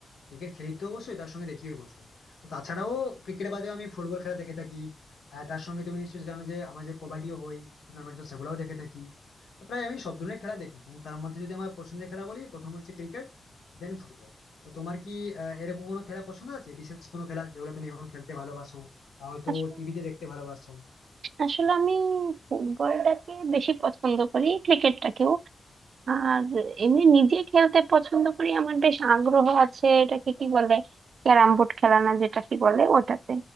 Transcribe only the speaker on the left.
ক্রিকেট খেলি তো অবশ্যই তার সঙ্গে দেখিও অবশ্য তো তাছাড়াও ক্রিকেট বাদেও আমি ফুটবল খেলা দেখে থাকি আর তার সঙ্গে তুমি নিশ্চয়ই জানো যে আমার যে কবাডিও হয় টুর্নামেন্ট তো সেগুলাও দেখে থাকি তো প্রায় আমি সব ধরনের খেলা দেখি কিন্তু তার মধ্যে যদি আমার পছন্দের খেলা বলি প্রথম হচ্ছে ক্রিকেট দেন ফুটবল তো তোমার কি আহ, এরকম কোনো খেলা পছন্দ আছে বিশেষ কোনো খেলা যেগুলো তুমি এখন খেলতে ভালোবাসো বা হয়তো
টিভিতে দেখতে ভালোবাসো